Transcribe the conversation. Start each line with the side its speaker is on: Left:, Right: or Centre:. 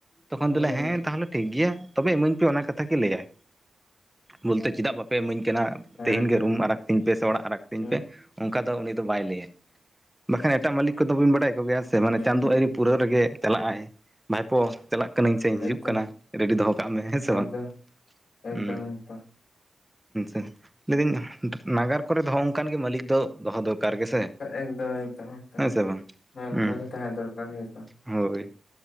Centre: ᱛᱚᱠᱷᱚᱱ
Left: ᱦᱩᱸ
Centre: ᱫᱚᱞᱮ ᱦᱮᱸ ᱛᱟᱦᱚᱞᱮ ᱴᱷᱤᱠ ᱜᱮᱭᱟ ᱛᱚᱵᱮ ᱤᱢᱟᱹᱧ ᱯᱮ ᱚᱱᱟ ᱠᱟᱛᱷᱟ ᱜᱮ ᱞᱟᱹᱭᱟᱭ ᱵᱚᱞᱛᱮ ᱪᱮᱫᱟᱜ ᱵᱟᱯᱮ ᱤᱢᱟᱹᱧ ᱠᱟᱱᱟ
Left: ᱦᱮᱸ
Centre: ᱛᱮᱦᱤᱧ
Left: ᱦᱮᱸ
Centre: ᱜᱮ ᱨᱩᱢ ᱟᱲᱟᱜ ᱛᱤᱧ ᱯᱮ ᱥᱮ ᱚᱲᱟᱜ ᱟᱲᱟᱜᱽ ᱛᱤᱧ
Left: ᱦᱩᱸ
Centre: ᱯᱮ ᱚᱱᱠᱟ ᱫᱚ ᱩᱱᱤ ᱫᱚ ᱵᱟᱭ ᱞᱟᱹᱭᱟ ᱵᱟᱠᱷᱟᱱ ᱮᱴᱟᱜ ᱢᱟᱹᱞᱤᱠ ᱠᱚᱫᱚ ᱵᱤᱱ ᱵᱟᱲᱟᱭ ᱠᱚᱜᱮᱭᱟ ᱥᱮ ᱢᱟᱱᱮ ᱪᱟᱸᱫᱳ
Left: ᱦᱩᱸ
Centre: ᱟᱣᱨᱤ ᱯᱩᱨᱟᱹᱣ ᱨᱮᱜᱮ ᱪᱟᱞᱟᱜᱼᱟᱭ ᱵᱷᱟᱭᱯᱚ ᱪᱟᱞᱟᱜ ᱠᱟᱹᱱᱟᱹᱧ ᱥᱮᱧ ᱦᱤᱡᱩᱜ
Left: ᱮᱠᱫᱚᱢ
Centre: ᱠᱟᱱᱟ ᱨᱮᱰᱤ ᱫᱚᱦᱚ ᱠᱟᱜ ᱢᱮ ᱦᱮᱸ ᱥᱮ
Left: ᱮᱠᱫᱚᱢ
Centre: ᱵᱟᱝ
Left: ᱮᱠᱫᱚᱢ
Centre: ᱦᱩᱸ <inaudible>
Left: ᱮᱠᱫᱚᱢ
Centre: <inaudible> ᱞᱟᱹᱭᱫᱟᱹᱧ ᱱᱟᱜᱟᱨ ᱠᱚᱨᱮ ᱫᱚ ᱱᱚ ᱚᱱᱠᱟᱱ ᱜᱮ ᱢᱟᱹᱞᱤᱠ ᱫᱚ ᱫᱚᱦᱚ ᱫᱚᱨᱠᱟᱨ ᱜᱮᱥᱮ
Left: ᱮᱠᱫᱚᱢ ᱮᱠᱫᱚᱢ ᱮᱠᱫᱚᱢ
Centre: ᱦᱮᱸ ᱥᱮ ᱵᱟᱝ
Left: ᱦᱮᱸ ᱱᱚᱝᱠᱟ
Centre: ᱦᱩᱸ
Left: ᱜᱮ ᱛᱟᱦᱮᱸ ᱫᱚᱨᱠᱟᱨ ᱦᱮᱸ ᱛᱚ
Centre: ᱦᱳᱭ